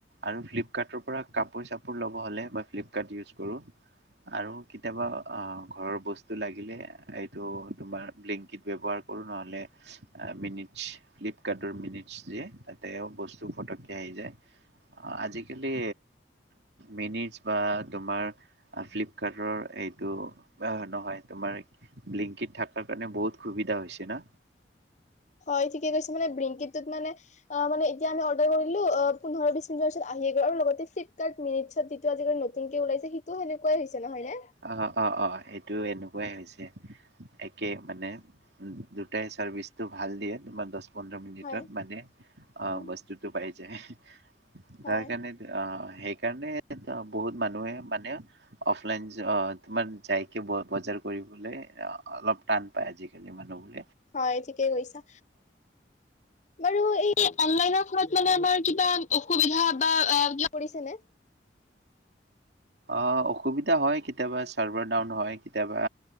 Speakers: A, on the right; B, on the left.
A: আৰু ফ্লিপকাৰ্টৰ পৰা কাপোৰ চাপোৰ লব হলে বা ফ্লিপকাৰ্ট ইউজ কৰোঁ আৰু কেতিয়াবা ঘৰৰ বস্তু লাগিলে এইটো তোমাৰ ব্লিংকিত ব্যৱহাৰ কৰো নহলে মিনিটছ ফ্লিপকাৰ্ট মিনিটছ দিয়ে তাতে বস্তু ফটকে আহি যায় অহ আজিকালি মিনিট বা তোমাৰ ফ্লিপকাৰ্টৰ এইটো অহ নহয় তোমাৰ ব্লিনকিত থকাৰ কাৰণে বহুত সুবিধা হৈছে না
B: হয় ঠিকে কৈছে মানে ব্লিনকীতটোত মানে অ মানে এতিয়া আমি অৰ্ডাৰ কৰিলো অ পোন্ধৰ বিছ মিনিটৰ পিছত আহিয়ে গল আৰু লগতে ফ্লিপকাৰ্ট মিনটছ যিটো আজি কালি নতুনকে ওলাইছে সেইটো সেনেকুৱাই হৈছে নহয় নে
A: অ অ অ সেইটো এনেকোৱাই হৈছে একে মানে দুটাই চাৰ্ভিচটো ভাল দিয়ে তোমাৰ দছ পোন্ধৰ মিনিটত
B: হয়
A: মানে অ
B: উম
A: বস্তুতোটো পাই যায়
B: হয়।
A: তাৰকাৰণে আ সেইকাৰণে বহুত মানুহে মানে অফলাইন অ তোমাৰ যাইকে বজাৰ কৰিবলৈ অলপ টান পাই আজিকালি মানুহবোৰ
B: হয় ঠিকে কৈছা বাৰু এই অনলাইন ত তাত মানে আমাৰ কিবা অসুবিধা বা কিবা পৰিছে নে
A: অ অসুবিধা হয় কেতিয়াবা ছাৰ্ভাৰ ডাউন হয় কেতিয়াবা